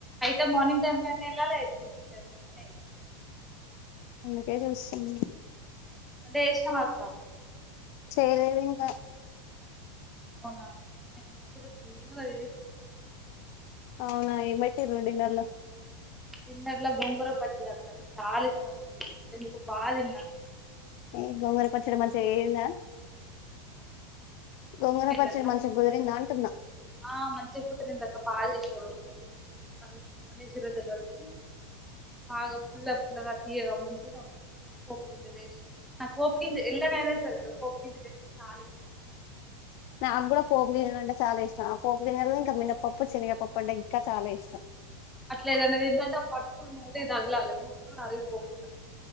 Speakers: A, in the centre; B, on the left.
A: అయితే మార్నింగ్ టైంలో లోనే వెళ్ళాలి అయితే ఈవెనింగ్ టైమ్ లోనే వెళ్ళాలి
B: అందుకే చూస్తున్న
A: వంట చేసినవా అక్క
B: చేయలేదు ఇంకా
A: అవునా నేను ఇపుడె <unintelligible>
B: అవునా ఏం పెట్టిరు డిన్నర్ల
A: డిన్నర్లో గొంగుర పచ్చడ <inaudible> చాల ఇష్టం అది ఎందుకొ బా దిన్న
B: ఏ గోంగుర పచ్చడ మంచ అయిందా గొంగూర
A: ఏంటిదక్క
B: పచ్చడి మంచి గుదిరిందా అంటున్న
A: ఆ మంచి గుదిరిందిక్క బా చేసిరు వాళు చింతపండేశిర్రో దెలవదు కనీ బాగ పుల్ల పుల్లగ తీయగా మంచి ఉంది పోప్ గింజ లేసి నాకు పోప్ గింజ ఎల్ల నైన సరే పోపు గిజ లే చాలా ఇష్టం
B: నాక్ గూడా పోపు గింజలంటే చాల ఇష్టం ఆ పోపు గింజలే ఇంకా మినన్నపప్పు చెనగగప క చాలా ఇష్టం
A: అట్లేదన్న దీంటంటే ఆ పట్కులు నోటి ధగలాలే మొత్తం అరిగిపోకుంట